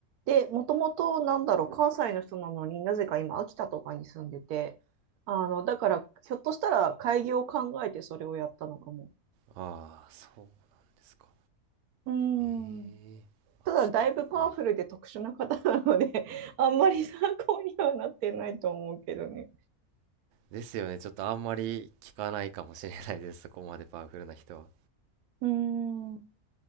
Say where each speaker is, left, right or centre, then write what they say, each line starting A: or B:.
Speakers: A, on the right; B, on the right.
A: で、もともと、なんだろう、関西の人なのになぜか今、秋田とかに住んでて、あの、だから、ひょっとしたら、開業を考えてそれをやったのかも。
B: ああ、そうなんですか。
A: うん
B: ええ、
A: ただだいぶパワフルで特殊な方なので
B: 秋田。はい。
A: <laughs> あんまり参考にはなってないと思うけどね。
B: ですよね。ちょっとあんまり聞かないかもしれないです。そこまでパワフルな人は。
A: うーん。